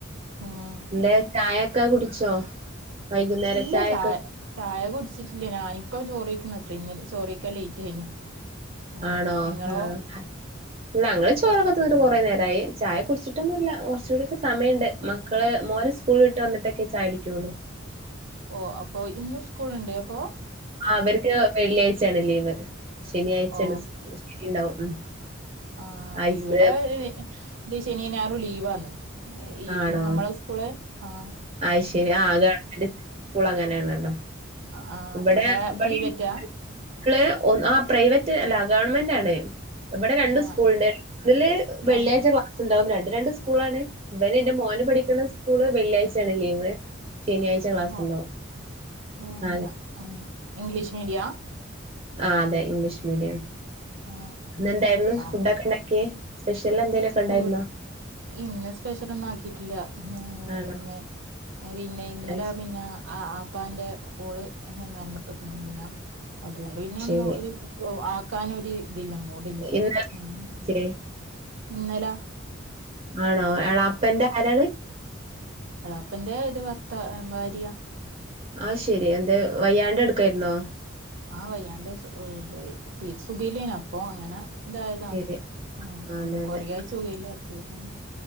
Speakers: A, on the right (about 65°); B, on the right (about 35°).
A: ആഹ്
B: എന്തേ ചായേക്ക കുടിച്ചോ വൈകുന്നേര
A: ഇല്ല
B: ചായൊക്കെ
A: ചായ ചായ കുടിച്ചിട്ടില്ലേ ഞാനിപ്പം ചോറ് കഴിക്കുന്ന <unintelligible> ചോറ് കഴിക്കാൻ ലേറ്റ് ആയിന് ആ
B: ആണോ
A: നിങ്ങളോ
B: ആഹ് അഹ് ഞങ്ങള് ചോറൊക്കെ തിന്നിട്ട് കൊറേ നേരായി ചായ കുടിച്ചിട്ടൊന്നുമില്ല കുറച്ചു കൂടിയൊക്കെ സമയമുണ്ട് മക്കള്
A: ഉം.
B: മോന് സ്കൂളിൽ വിട്ട് വന്നിട്ടൊക്കെ ചായ കുടിക്കുള്ളൂ
A: ഓഹ് അപ്പൊ ഇന്ന് സ്കൂളുണ്ട് അപ്പോ
B: ആഹ് അവർക്ക് വെള്ളിയാഴ്ചയാണ് ലീവ് ശനിയാഴ്ചയാണ്
A: ഓ
B: <unintelligible> ഉം
A: ആഹ്
B: ആഴ്ച
A: ഇവിടെ <unintelligible> ശനീം ഞായറും ലീവാന്ന് ഈ
B: ആണോ
A: ഈ നമ്മള സ്കൂള് ആഹ്
B: അയ് ശരി ആഹ് ഗവൺമെന്റ് സ്കൂള് അങ്ങനെയാണല്ലോ
A: ആ ആ
B: ഇവിടെ
A: നിങ്ങളെ
B: ഇവിടെ
A: പ്രൈവറ്റാ
B: <unintelligible> ഒൻ ആഹ് പ്രൈവറ്റ് അല്ല ഗവൺമെന്റ് ആണ് ഇവിടെ രണ്ട്
A: ആ
B: സ്കൂള്ണ്ട് ഒന്നില് വെള്ളിയാഴ്ച
A: ആ ആ
B: ക്ലാസ് സ്സ്ണ്ടാവും രണ്ട് രണ്ട് സ്കൂളാണ് ഇവന് എന്റെ മോന് പഠിക്കണ സ്കൂള് വെള്ളിയാഴ്ചയാണ് ലീവ് ശനിയാഴ്ച ക്ലാസ്സുണ്ടാവും
A: ഓ ഓ അങ്ങനെ
B: <unintelligible>
A: ഉം. ഇംഗ്ലീഷ് മീഡിയാ
B: ആഹ് അതെ ഇംഗ്ലീഷ് മീഡിയാണ്
A: ആ
B: ഇന്ന് എന്തായിരുന്നു
A: ആ
B: ഫുഡൊക്കെ ഉണ്ടാക്കിയേ സ്പെഷ്യല് എന്തേലുമൊക്കെ ഉണ്ടായിരുന്നോ
A: ഫുഡ് ഇന്ന് സ്പെഷ്യല് ഒന്നും ആക്കിയിട്ടില്ല മ്ഹ്
B: ആണോ
A: ഇന്ന് പിന്നെ ഇന്നല
B: അത് ശ-
A: പിന്ന ആഹ് ആപ്പാന്റെ ഓള് മരണപ്പെട്ടിന് പിന്നെ അതുകൊണ്ട് പിന്നെ
B: ശരി
A: ഒന്നും ഒര് ആക്കാനൊരു ഇതില്ല മൂടില്ല
B: ഇന്നലെ
A: മ്ഹ്
B: വിളിച്ചേ
A: ഇന്നല
B: ആണോ എളാപ്പാന്റെ ആരാണ്
A: എളാപ്പന്റെ ഇത് ഭർത്ത ഭാര്യ
B: അത് ശെരി എന്തേ വയ്യാണ്ട് കെടക്കായിരുന്നോ
A: ആഹ് വയ്യാണ്ട് സു ഇത് തീരെ സുഖമില്ലേന് അപ്പൊ അങ്ങന ഇതായതാണ്
B: ശരി
A: ആഹ് ഉം
B: അതെ അതെ
A: കൊറേയായി സുഖമില്ലാത്തത് ഉം